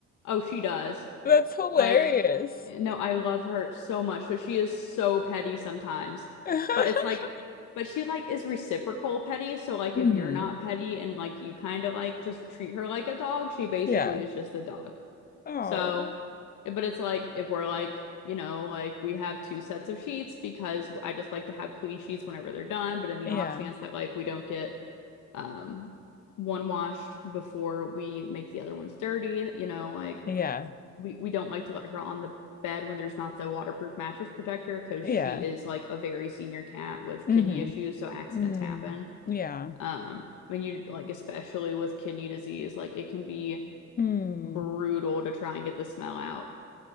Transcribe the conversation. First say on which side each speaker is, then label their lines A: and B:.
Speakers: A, on the left; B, on the left.
A: Oh, she does.
B: That's hilarious.
A: Like no, I love her so much, but she is so petty sometimes.
B: <laughs>
A: But it's like, but she like is reciprocal petty. So like,
B: hmm
A: if you're not petty and like you kind of like just treat her like a dog, she basically
B: Yeah.
A: is just a dog.
B: Oh.
A: So, but it's like if we're like, you know, like we have two sets of sheets because I just like to have clean sheets whenever they're done. But in the
B: Yeah.
A: off chance that like we don't get um one washed before we make the other ones dirty, you know, like
B: Yeah.
A: we we don't like to let her on the bed when there's not the waterproof mattress protector because
B: Yeah.
A: she is like a very senior cat with
B: hmm
A: kidney issues, so accidents
B: Mm.
A: happen.
B: Yeah.
A: Um, when you like especially with kidney disease, like it can be
B: Mm.
A: brutal to try and get the smell out.